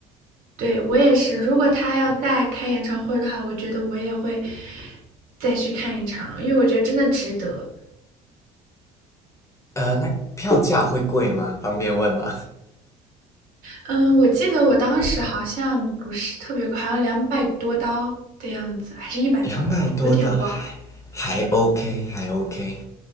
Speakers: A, on the right (about 80°); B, on the left (about 20°).
A: 对，我也是。如果他要再开演唱会的话，我觉得我也会再去看一场，因为我觉得真的值得。
B: 呃，那票价会贵吗？方便问吗？
A: 嗯，我记得我当时好像不是特别贵，好像两百多刀的样子，还是一百多刀，
B: <laughs> 两百多刀还还
A: 我有点忘了。
B: OK，还 OK。